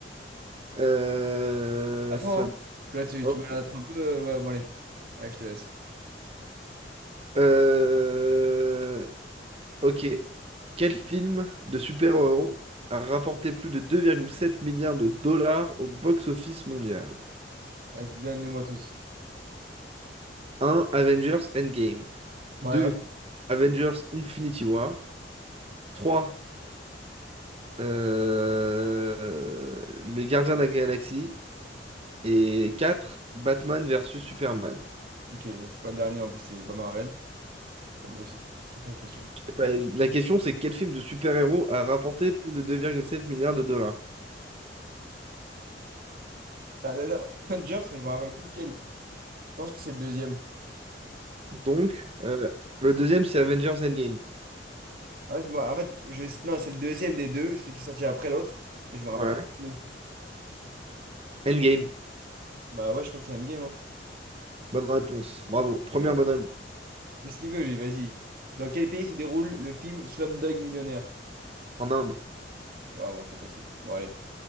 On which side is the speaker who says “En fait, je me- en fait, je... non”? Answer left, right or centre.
Right